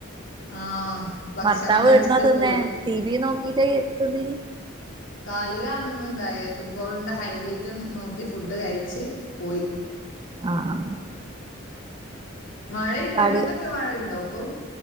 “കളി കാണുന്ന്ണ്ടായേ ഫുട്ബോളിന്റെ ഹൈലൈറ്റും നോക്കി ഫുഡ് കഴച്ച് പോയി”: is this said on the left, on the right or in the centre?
Left